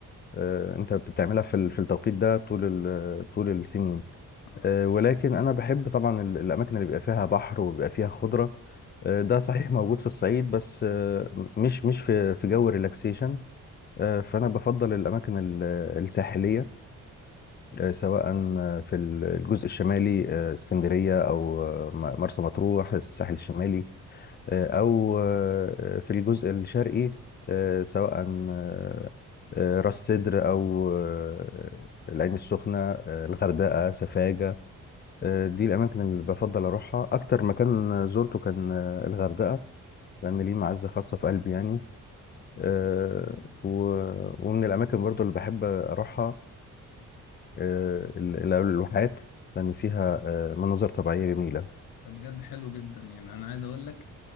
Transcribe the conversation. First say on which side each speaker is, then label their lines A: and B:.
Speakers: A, on the left; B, on the left.
A: آه، انت بتعملها في ال- في التوقيت ده طول ال- طول السنين
B: لا ولا
A: آه، ولكن انا بحب طبعا ال- الاماكن اللي بيبقى فيها بحر وبيبقى فيها خضره آه، ده صحيح موجود في الصعيد بس آه، مش مش في في جو ريلاكسيشن آه، فانا بفضل الاماكن ال- الساحليه آه، سواء آه، في الجزء الشمالي آه، اسكندرية أو آه، م- مرسى مطروح الساحل الشمالي آه، أو آه، في الجزء الشرقي آه، سواء آه، آه، راس سدر أو آه، العين السخنة آه، الغردقة سفاجة آه، دي الأماكن اللي بفضل أروحها أكتر مكان زرته كان آه، الغردقة لأن ليه معزة خاصة في قلبي يعني آه، و- ومن الأماكن برضو اللي بحب أروحها آه، ال- ال- الواحات لأن فيها آه، مناظر طبيعية جميلة
B: بجد حلو جدا يعني انا عايز اقول لك